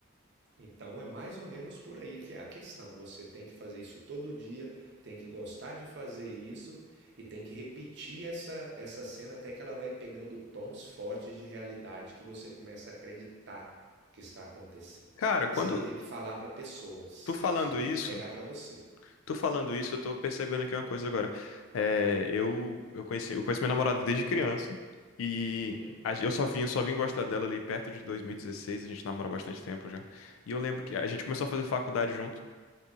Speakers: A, on the right (about 55°); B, on the left (about 80°).
A: Então é mais ou menos por aí que é a questão. Você tem que fazer isso todo dia, tem que gostar de fazer isso e tem que repetir essa, essa cena até que ela vai pegando tons fortes de realidade que você começa a acreditar que está acontecendo,
B: Cara, quando
A: sem ter que falar para pessoas.
B: tu falando
A: Você tem
B: isso
A: que pegar para você.
B: Tô falando isso, eu tô percebendo aqui uma coisa agora. É, eu, eu conheci, eu conheço minha namorada desde criança e
A: Uhum,
B: a gen- eu só vim, só vim gostar dela ali perto de 2016, a gente namora há bastante tempo já. E eu lembro que a gente começou a fazer faculdade junto.